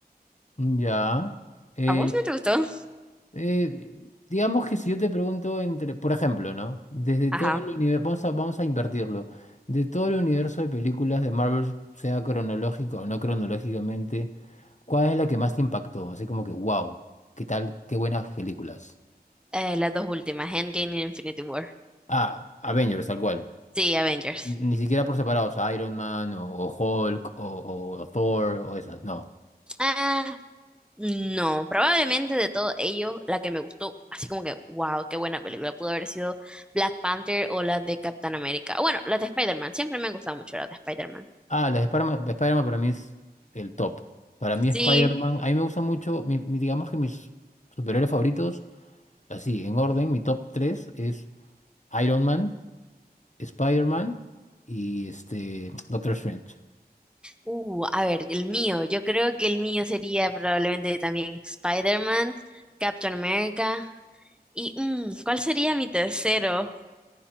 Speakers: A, on the left (about 45°); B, in the centre.
A: Ya. Eh,
B: ¿A vos no te gustó?
A: eh, digamos que si yo te pregunto entre, por ejemplo, ¿no? Desde
B: Ajá.
A: todo el universo, vamos a, vamos a invertirlo. De todo el universo de películas de Marvel, sea cronológico o no cronológicamente, ¿cuál es la que más te impactó? Así como que, wow, qué tal, qué buenas películas.
B: Eh, las dos últimas, Endgame y Infinity War.
A: Ah, Avengers, tal cual.
B: Sí, Avengers.
A: Ni siquiera por separados, Iron Man o, o Hulk o, o Thor o esas, no.
B: Ah, no, probablemente de todo ello, la que me gustó, así como que, wow, qué buena película, pudo haber sido Black Panther o la de Captain America. Bueno, la de Spider-Man, siempre me han gustado mucho la de Spider-Man.
A: Ah, las de Spider-Man, de Spider-Man para mí es el top. Para mí Spider-Man,
B: Sí,
A: a mí me gusta mucho, mi- mi- digamos que mis superhéroes favoritos, así, en orden, mi top 3 es Iron Man, Spider-Man y este Doctor Strange.
B: uh, a ver, el mío, yo creo que el mío sería probablemente también Spider-Man, Captain America y mm, ¿cuál sería mi tercero?